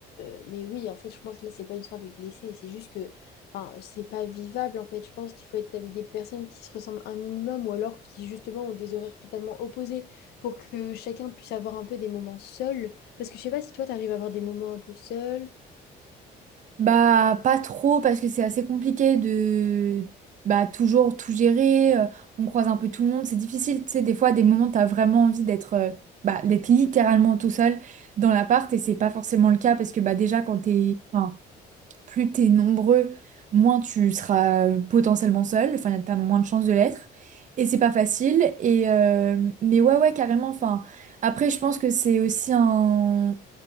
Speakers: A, on the left; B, on the right.
A: euh, mais oui, en fait, je pense que là, c'est pas une histoire de blessés, c'est juste que enfin, c'est pas vivable. En fait, je pense qu'il faut être avec des personnes qui se ressemblent un minimum ou alors qui, justement, ont des horaires totalement opposés pour que chacun puisse avoir un peu des moments seuls. Parce que je sais pas si toi, t'arrives à avoir des moments un peu seuls.
B: Bah, pas trop, parce que c'est assez compliqué de bah, toujours tout gérer, euh, on croise un peu tout le monde, c'est difficile, tu sais, des fois, des moments, t'as vraiment envie d'être euh, bah, d'être littéralement tout seul dans l'appart, et c'est pas forcément le cas, parce que bah, déjà, quand t'es... Enfin, plus t'es nombreux, moins tu seras euh, potentiellement seul, enfin t'as moins de chances de l'être. Et c'est pas facile. Et euh, mais ouais ouais carrément. Enfin après je pense que c'est aussi un